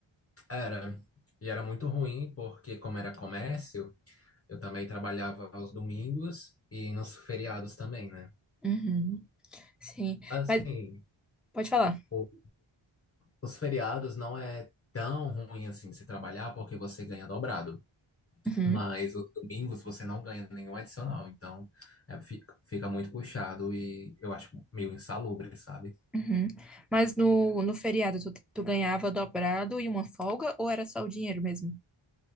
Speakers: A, on the left; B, in the centre.
A: Era. E era muito ruim, porque como era comércio, eu também trabalhava aos domingos e nos feriados também, né?
B: Uhum, sim.
A: Assim,
B: Mas pode falar.
A: o- os feriados não é tão ruim assim se trabalhar, porque você ganha dobrado.
B: Uhum,
A: Mas os domingos você não ganha nenhum adicional, então é, fi- fica muito puxado e eu acho meio insalubre, sabe?
B: uhum. Mas no, no feriado, tu, tu ganhava dobrado e uma folga, ou era só o dinheiro mesmo?